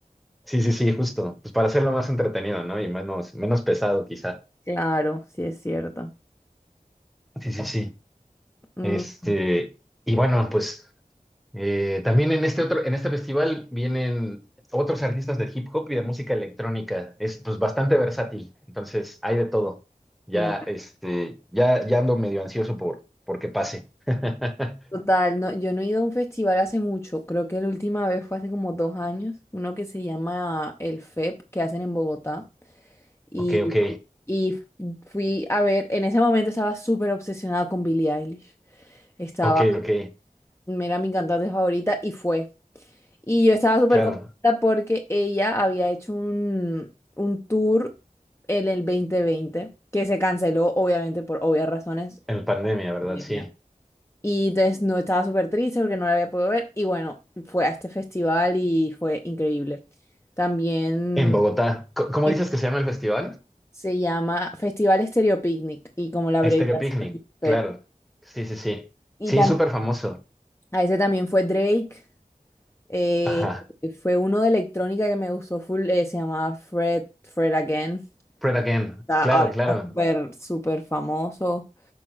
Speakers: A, in the centre; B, on the left (about 20°).
A: sí, sí, sí, justo, pues para hacerlo más entretenido, ¿no? Y menos, menos pesado quizá.
B: Sí. Claro, sí es cierto.
A: Sí, sí, sí.
B: Mm,
A: Este, y bueno, pues... Eh, también en este otro, en este festival vienen otros artistas de hip hop y de música electrónica. Es pues bastante versátil, entonces hay de todo. Ya,
B: claro.
A: este, ya, ya ando medio ansioso por, por que pase. <laughs>
B: Total, no, yo no he ido a un festival hace mucho. Creo que la última vez fue hace como dos años. Uno que se llama el FEP, que hacen en Bogotá. Y,
A: Ok, ok,
B: y f- fui a ver, en ese momento estaba súper obsesionada con Billie Eilish. Estaba,
A: ok, ok.
B: era mi cantante favorita y fue. Y yo estaba súper
A: Claro,
B: contenta porque ella había hecho un, un tour en el 2020 que se canceló, obviamente, por obvias razones.
A: en pandemia, ¿verdad?
B: pandemia.
A: Sí.
B: Y entonces no estaba súper triste porque no la había podido ver. Y bueno, fue a este festival y fue increíble. También
A: En Bogotá. Co- ¿Cómo
B: em,
A: dices que se llama el festival?
B: se llama Festival Stereo Picnic y como la abreviación
A: Estéreo Picnic,
B: es PEP.
A: claro. Sí, sí, sí.
B: Y
A: Sí,
B: tam
A: súper famoso.
B: a ese también fue Drake. eh,
A: Ajá.
B: fue uno de electrónica que me gustó full, eh, se llamaba Fred, Fred Again.
A: Fred Again.
B: Está-
A: Claro,
B: ahora
A: claro.
B: está súper, súper famoso.